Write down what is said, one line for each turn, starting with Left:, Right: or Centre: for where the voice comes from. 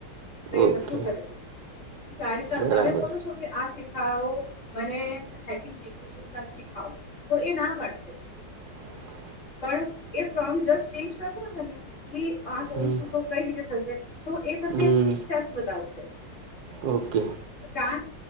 Left: તો એ
Right: ઓકે
Left: બધું કરે છે, <unintelligible>
Right: બરાબર
Left: તમે બોલો છો કે આ <unintelligible> મને હેંકિંગ શીખ છે તમે શીખાવો તો એ ના પાડશે.
Right: <inaudible>
Left: પણ એ ફ્રોમ જસ્ટ ચેન્જ કરશો ને તમે આ કરું
Right: હમ
Left: છું તો કઈ રીતે થશે તો એ તમને
Right: હમ
Left: સ્ટેપ્સ બતાવશે. છે.
Right: ઓકે.
Left: કા